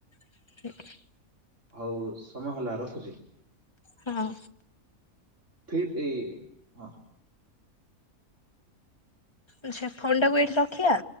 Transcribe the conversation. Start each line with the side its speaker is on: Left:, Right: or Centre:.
Left: <inaudible>
Right: ହଉ ସମୟ ହେଲା ରଖୁଛି।
Left: ହଁ।
Right: ଫିର୍ ଏ ହଁ।
Left: ଆଛା ଫୋନଟା କୁ ଏଇଠି ରଖିଆ?